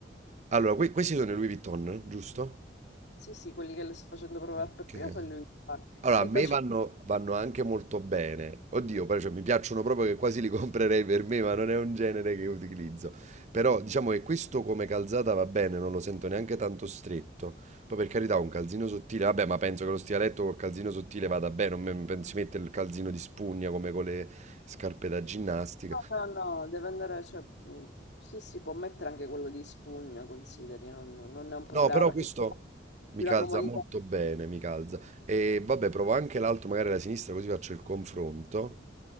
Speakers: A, on the right; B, on the left.
A: Allora, que- questi sono i Louis Vuitton, giusto?
B: Sì, sì, quelli che le sto facendo provare
A: Ok.
B: per prima sono lui.
A: Allora,
B: E
A: a me
B: qua ci...
A: vanno, vanno anche molto bene. Oddio, però, cioè, mi piacciono proprio che quasi li comprerei per me, ma non è un genere che utilizzo. Però diciamo che questo come calzata va bene, non lo sento neanche tanto stretto. Poi per carità, un calzino sottile, vabbè, ma penso che lo stivaletto col calzino sottile vada bene, non me- non si mette il calzino di spugna come con le scarpe da ginnastica.
B: No, no, no, deve andare... Cioè, mh, sì, sì, può mettere anche quello di spugna, consideri, non, non è un problema,
A: No, però
B: perché
A: questo
B: è
A: mi calza
B: una comodità.
A: molto bene, mi calza. E vabbè, provo anche l'altro, magari la sinistra, così faccio il confronto.